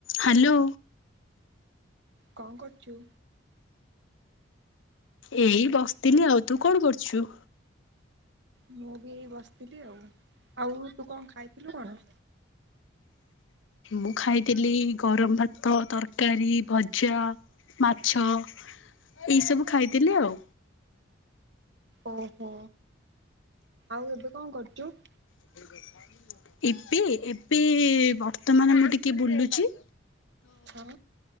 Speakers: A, on the left; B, on the right.
A: Hello.
B: କଁ କରୁଚୁ।
A: ଏଇ ବସିଥିଲି ଆଉ ତୁ କଣ କରୁଛୁ।
B: ମୁଁ ବି ଏଇ ବସିଥିଲି ଆଉ ଆଉ ତୁ କଁ ଖାଇଥିଲୁ କଣ?
A: ମୁଁ ଖାଇଥିଲି ଗରମ ଭାତ ତରକାରୀ ଭଜା। ମାଛ ଏଇ ସବୁ ଖାଇଥିଲି ଆଉ।
B: ଓହୋ ଆଉ ଏବେ କଁ କରୁଚୁ।
A: <unintelligible> ଏବେ ଏବେ ବର୍ତ୍ତମାନ ମୁଁ ଟିକେ ବୁଲୁଚି।
B: ହଁ